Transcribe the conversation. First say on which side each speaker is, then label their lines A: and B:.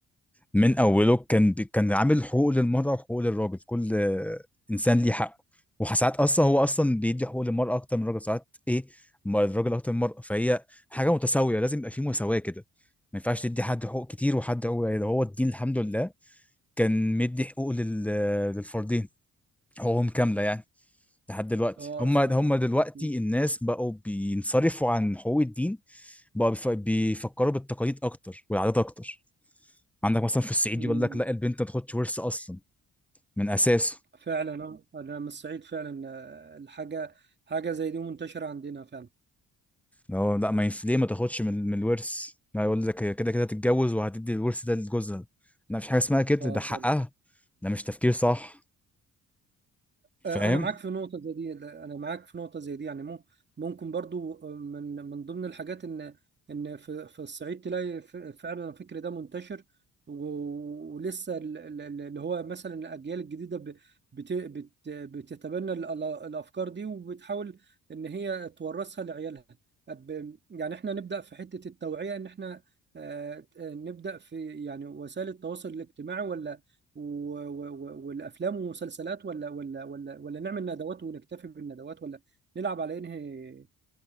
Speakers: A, in the centre; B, on the right.
A: من اوله كان كان عامل حقوق للمراه وحقوق للراجل كل آه، انسان ليه حقه وساعات اصلا هو اصلا بيدي حقوق للمراه اكتر من الراجل ساعات ايه ما الراجل اكتر من المراه فهي حاجه متساويه لازم يبقى في مساواه كده ما ينفعش تدي حد حقوق كتير وحد حقوق قليله هو الدين الحمد لله كان مدي حقوق لل... للفردين حقوقهم كامله يعني لحد دلوقتي
B: اه
A: هم
B: س...
A: هم دلوقتي
B: م-
A: الناس بقوا بينصرفوا عن حقوق الدين بقوا بيف- بيفكروا بالتقاليد اكتر والعادات اكتر عندك مثلا في الصعيد
B: م-
A: يقول لك لا البنت ما تاخدش ورث اصلا من اساسه
B: فعلا آه، انا من الصعيد فعلا آه، الحاجه حاجه زي دي منتشره عندنا فعلا
A: هو لا ما ينفع ليه ما تاخدش من من الورث لا يقول لك هي كده كده تتجوز وهتدي الورث ده لجوزها لا مفيش حاجه اسمها كده
B: اه
A: ده حقها
B: فعلا
A: ده مش تفكير صح فاهم
B: آه، انا معاك في نقطه زي دي انا معاك في نقطه زي دي يعني مو- ممكن برضو آه، من من ضمن الحاجات ان ان في في الصعيد تلاقي ف- فعلا الفكر ده منتشر و- ولسه ال- ال- ال- اللي هو مثلا الاجيال الجديده ب- بت بت بتتبنى ال- ال- الافكار دي وبتحاول ان هي تورثها لعيالها أب- يعني احنا نبدا في حته التوعيه ان احنا آه، آه، نبدا في يعني وسائل التواصل الاجتماعي ولا و- و- و- والافلام والمسلسلات ولا ولا ولا ولا نعمل ندوات ونكتفي بالندوات ولا نلعب على انهي